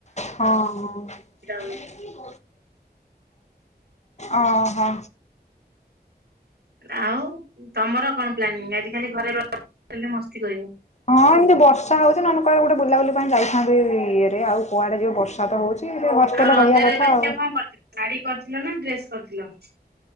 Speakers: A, on the left; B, on the right.
A: ହଁ ହଁ
B: ହୁଏ
A: ଓ ହୋ।
B: ଆଉ ତମର କଣ ପ୍ଲାନିଂ ଆଜି ଖାଲି ଘରେ ବସିକି ମସ୍ତି କରିବ।
A: ହଁ ଏମିତି ବର୍ଷା ହଉଚି ନହେଲେ କୁଆଡ଼େ ଗୋଟେ ବୁଲାବୁଲି ପାଇଁ ଯାଇଥାନ୍ତି ଇଏରେ ଆଉ କୁଆଡେ ଯିବୁ ବର୍ଷା <unintelligible> ତ ହଉଚି ହଷ୍ଟେଲରେ
B: ଆଉ ରଜରେ
A: ରହିବା କଥା
B: ଏବେ ଝିଅ
A: ଆଉ।
B: କଣ କରିଥିଲ ଶାଢୀ କରିଥିଲ ନା ଡ୍ରେସ୍ କରିଥିଲ।